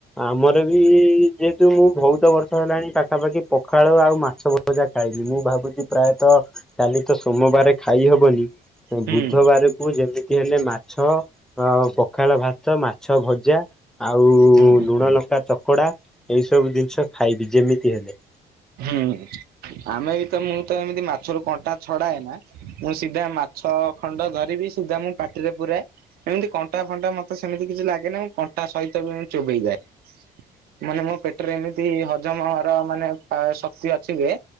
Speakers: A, in the centre; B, on the right.
A: ଆମର ବି ଯେହେତୁ ମୁଁ ବହୁତ ବର୍ଷ ହେଲାଣି ପାଖାପାଖି ପଖାଳ ଆଉ ମାଛ ଜା ଖାଇନି ମୁଁ ଭାବୁଚି ପ୍ରାୟତଃ କାଲି ତ ସୋମବାରେ ଖାଇହବନି
B: ହୁଁ
A: ବୁଧବାରକୁ ଯେମିତି ହେଲେ ମାଛ ଆ ପଖାଳ ଭାତ ତ ମାଛ ଭଜା ଆଉ
B: ହୁଁ
A: ଲୁଣ ଲଙ୍କା ଚ ଚକଡା। ଏଇ ସବୁ ଜିନିଷ ଖାଇବି ଯେମିତି ହେଲେ।
B: ହୁଁ। ଆମେ ବି ତ ମୁଁ ତ ଏମିତି ମାଛରୁ କଣ୍ଟା ଛଡାଏ ନା ମୁଁ ସିଧା ମାଛ ଖଣ୍ଡ ଧରି କରିବି ସିଦ୍ଧା ମୁଁ ପାଟିରେ ପୁରାଏ। ଏମିତି କଣ୍ଟା ଫଣ୍ଟା ମତେ ସେମିତି କିଛି ଲାଗେନି ମୁଁ କଣ୍ଟା ସହିତ ବି ଚୋବେଇଯାଏ। ମାନେ ମୋ ପେଟେରେ ଏମିତି ହଜମ ହର ମାନେ ଆ ଶକ୍ତି ଅଛି ଯେ,